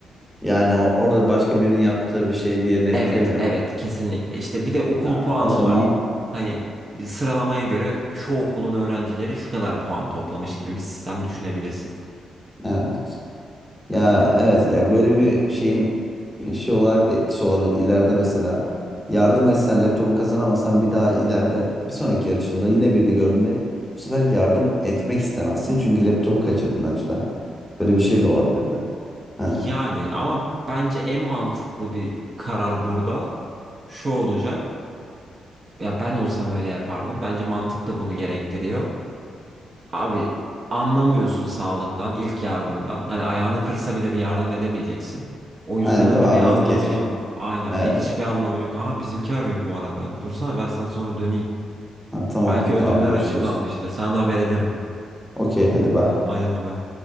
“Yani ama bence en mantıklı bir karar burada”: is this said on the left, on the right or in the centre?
Right